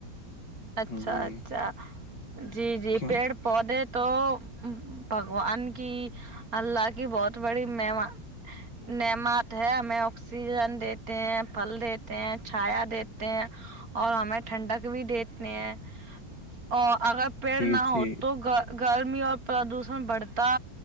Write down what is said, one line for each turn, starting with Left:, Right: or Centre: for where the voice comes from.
Right: اچھا
Left: جی
Right: اچھا جی جی
Left: کیوں
Right: پیڑ پودے تو بھگوان کی اللہ کی بہت بڑی ممان نعمات ہے ہمیں آکسیجن دیتے ہیں پھل دیتے ہیں چھایا دیتے ہیں اور ہمیں ٹھنڈک بھی دیتے ہیں اور اگر پیڑ
Left: جی
Right: نہ ہو
Left: جی
Right: تو گرمی اور پردوشن بڑھتا